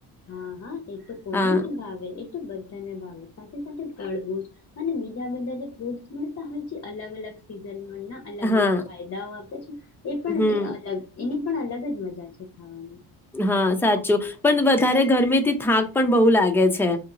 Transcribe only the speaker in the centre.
હા
હા
હમ
હા સાચું પણ વધારે ગરમીથી થાક પણ બહુ લાગે છે